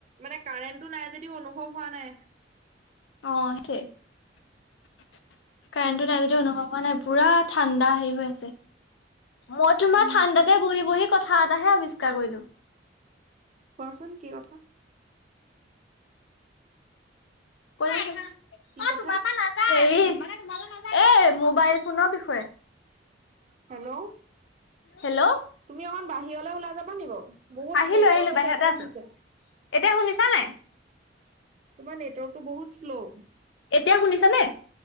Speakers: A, on the right; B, on the left.
A: মানে কাৰেণ্টটো নাই যদিওঁ অনু অনুভৱ হোৱা নাই।
B: অহ, সেইটোৱেই। কাৰেণ্টো
A: উম
B: নাই যদিওঁ অনুভৱ হোৱা নাই। পুৰা ঠাণ্ডা হেৰি হৈ আছে, মই তোমাৰ
A: উম
B: ঠাণ্ডাতে বহি বহি কথা এটাহে আৱিষ্কাৰ কৰিলোঁ।
A: কোৱাচোন কি কথা।
B: কোৱা। অহ,
A: কি কথা
B: তোমাৰ পৰা নাযায়, মানে তোমালে নাযায়। হেৰি এ মোবাইল ফোনৰ বিষয়ে,
A: হেল্ল'
B: হেল্ল'।
A: তুমি অকমান বাহিৰলৈ ওলাই যাবা নি বাৰু, বহুত
B: আহিলো
A: নেটৱৰ্কৰ
B: আহিলো বাহিৰতে
A: প্ৰব্লেম
B: আছো
A: দিছে।
B: এতিয়া শুনিছানে নাই?
A: তোমাৰ নেটৱৰ্কতটো বহুত শ্ল'
B: এতিয়া শুনিছানে?